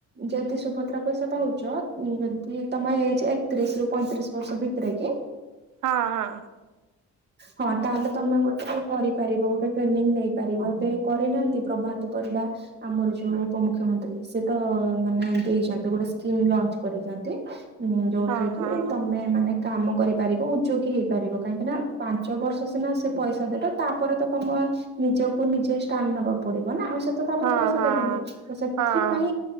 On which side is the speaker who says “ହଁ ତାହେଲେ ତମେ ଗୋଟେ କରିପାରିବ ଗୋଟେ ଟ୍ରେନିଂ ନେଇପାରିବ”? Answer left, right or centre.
Right